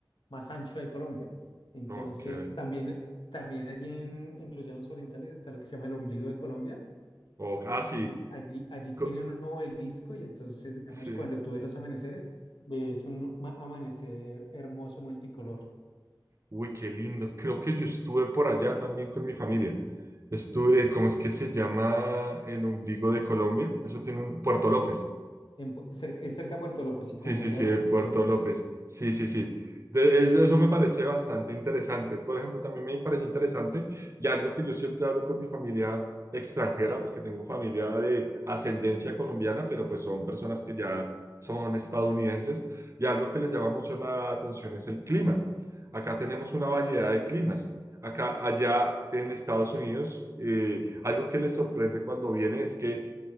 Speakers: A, on the left; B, on the right.
A: más ancho de Colombia. Entonces,
B: Ok,
A: también, eh, también allí en, en los llanos orientales está lo que se llama el ombligo de Colombia.
B: o ah,
A: Entonces,
B: sí,
A: allí, allí tienen
B: co-
A: un obelisco y entonces, digamos,
B: sí.
A: cuando tú ves los amaneceres, ves un ma- amanecer hermoso multicolor.
B: Uy, qué lindo. Creo que yo estuve por allá también con mi familia. Estuve, eh, ¿cómo es que se llama el ombligo de Colombia? Eso tiene un Puerto López.
A: En Pu- cer- es cerca de Puerto López y
B: Sí,
A: como
B: sí,
A: media
B: sí,
A: hora
B: de
A: de Puerto
B: Puerto
A: López,
B: López. Sí, sí, sí. De- es- eso me parece bastante interesante. Por ejemplo, también me parece interesante y algo que yo siempre hablo con mi familia extranjera, porque tengo familia de ascendencia colombiana, pero pues son personas que ya son estadounidenses, y algo que les llama mucho la atención es el clima. Acá tenemos una variedad de climas. Acá, allá en Estados Unidos, eh, algo que les sorprende cuando vienen es que